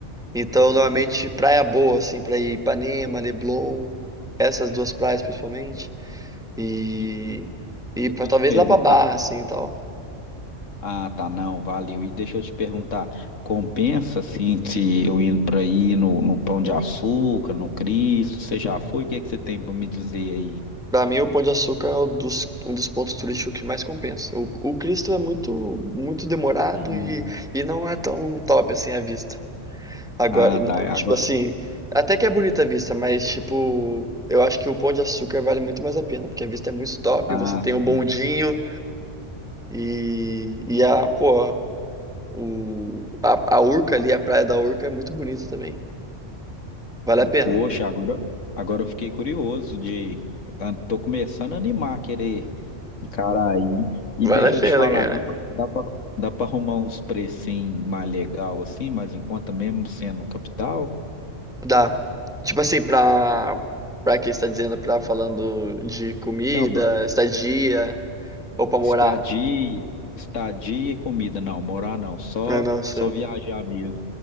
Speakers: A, in the centre; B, on the left.
A: Então,
B: Ah,
A: normalmente, praia boa, assim, pra ir Ipanema, Leblon, essas duas praias principalmente. E,
B: E
A: e
B: deixa
A: pra,
B: eu
A: talvez
B: te perguntar.
A: lá pra Barra, assim, e tal.
B: Ah, tá, não, valeu. E deixa eu te perguntar, compensa assim se eu indo para aí no, no Pão de Açúcar, no Cristo? Você já foi? O que é que você tem para me dizer aí?
A: Pra mim, o Pão de Açúcar é o dos- um dos pontos turísticos que mais compensa. O, o Cristo é muito muito demorado
B: Hum,
A: e, e não é tão top assim a vista. Agora,
B: Ah, tá.
A: tipo
B: Agora,
A: assim, até que é bonita a vista, mas tipo, eu acho que o Pão de Açúcar vale muito mais a pena, porque a vista é muito top,
B: ah,
A: você tem o bondinho
B: sim.
A: e, e a, pô, o, a, a Urca ali, a praia da Urca é muito bonita também. Vale a pena.
B: Poxa, agora, agora eu fiquei curioso de, ah, tô começando a animar, querer encarar aí. E
A: Vale
B: deixa
A: a pena,
B: eu te falar,
A: cara.
B: dá pra, dá pra, dá pra arrumar uns precinhos mais legal assim, mas enquanto mesmo sendo capital?
A: Dá. Tipo assim, pra, pra quem está dizendo, pra falando de comida,
B: Não,
A: estadia, ou pra morar.
B: Estadia, estadia e comida. Não, morar não. Só,
A: Ah, não, sim.
B: só viajar mesmo.